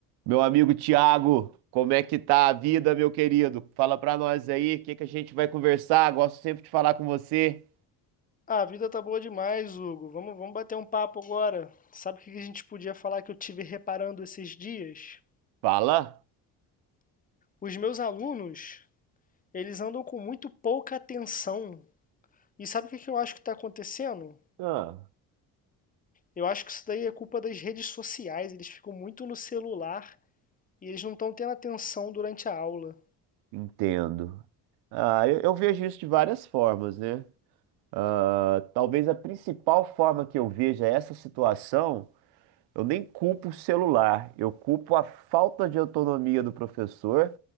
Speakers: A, on the right; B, on the left.
A: Meu amigo Tiago, como é que tá a vida, meu querido? Fala pra nós aí, o que que a gente vai conversar? Gosto sempre de falar com você.
B: Ah, A vida tá boa demais, Hugo. Vamos, vamos bater um papo agora. Sabe o que que a gente podia falar que eu tive reparando esses dias?
A: Fala?
B: Os meus alunos, eles andam com muito pouca atenção. E sabe o que que eu acho que está acontecendo?
A: Ah,
B: Eu acho que isso daí é culpa das redes sociais. Eles ficam muito no celular e eles não estão tendo atenção durante a aula.
A: entendo. Ah, eu, eu vejo isso de várias formas, né? Ah, talvez a principal forma que eu veja essa situação. Eu nem culpo o celular, eu culpo a falta de autonomia do professor,